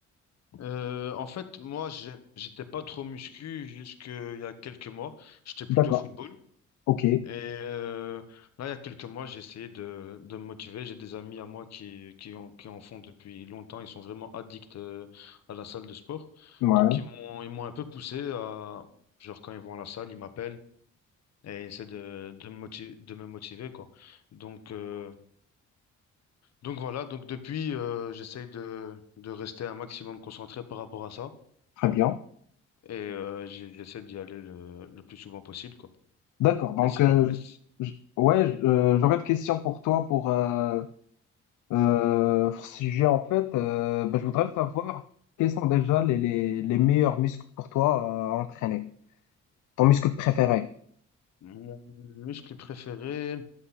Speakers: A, on the left; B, on the left.
A: Euh, en fait, moi, j'ai- j'étais pas trop muscu jusqu'il y a quelques mois. J'étais plutôt
B: D'accord.
A: football.
B: OK.
A: Et euh, là, il y a quelques mois, j'ai essayé de, de me motiver. J'ai des amis à moi qui, qui, en, qui en font depuis longtemps. Ils sont vraiment addicts euh, à la salle de sport.
B: Ouais.
A: Donc, ils m'ont, ils m'ont un peu poussé à, genre, quand ils vont à la salle, ils m'appellent et ils essaient de, de me motiver, de me motiver, quoi. Donc, euh, Donc voilà, donc depuis, euh, j'essaye de, de rester un maximum concentré par rapport à ça
B: Très bien.
A: et euh, j'ai- j'essaie d'y aller le, le plus souvent possible, quoi.
B: D'accord. Donc,
A: Et sinon,
B: euh,
A: s-
B: j- ouais, j- euh, j'aurais des questions pour toi pour... euh, Euh, sujet, en fait, euh, bah, je voudrais savoir quels sont déjà les, les, les meilleurs muscles pour toi euh, à entraîner. Ton muscle préféré.
A: mon muscle préféré,